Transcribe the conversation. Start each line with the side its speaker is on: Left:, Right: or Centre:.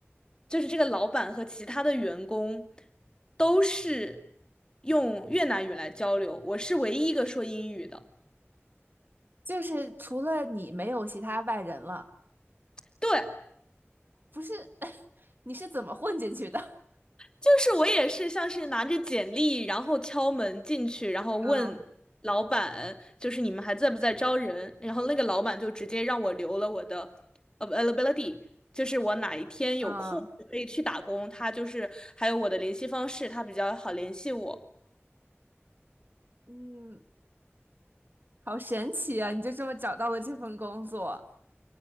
Left: 就是这个老板和其他的员工都是用越南语来交流，我是唯一一个说英语的。
Right: 就是除了你没有其他外人了，
Left: 对，
Right: 不是？<laughs> 你是怎么混进去的？
Left: 就是我也是像是拿着简历，然后敲门进去，然后问老板，
Right: <laughs> 啊
Left: 就是你们还在不在招人？然后那个老板就直接让我留了我的 availability，就是我哪一天有空可以去打工，
Right: 嗯
Left: 他就是还有我的联系方式，他比较好联系我。
Right: 嗯，好神奇啊！你就这么找到了这份工作，